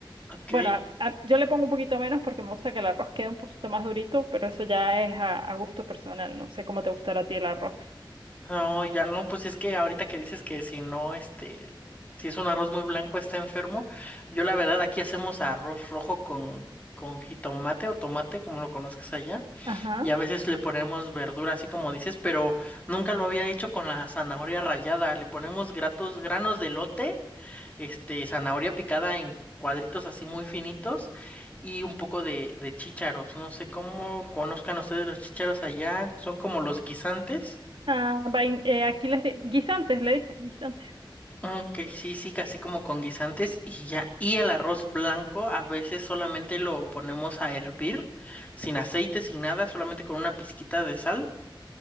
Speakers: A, on the left; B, on the right.
A: Ok.
B: Bueno, a- a- yo le pongo un poquito menos porque me gusta que el arroz quede un poquito más durito, pero eso ya es a, a gusto personal. No sé cómo te gustará a ti el arroz.
A: No, ya no, pues es que ahorita que dices que si no, este, si es un arroz muy blanco está enfermo, yo la verdad aquí hacemos arroz rojo con, con jitomate o tomate, como lo conozcas allá,
B: Ajá.
A: y a veces le ponemos verdura, así como dices, pero nunca lo había hecho con la zanahoria rallada, le ponemos gratos, granos de lote este, zanahoria picada en cuadritos así muy finitos y un poco de, de chícharos. No sé cómo conozcan ustedes los chícharos allá, son como los guisantes.
B: Ah, vain- eh, aquí les di- guisantes, le dicen guisantes.
A: Ok, sí, sí, así como con guisantes y ya. Y el arroz blanco a veces solamente lo ponemos a hervir, sin aceite, sin nada, solamente con una pizquita de sal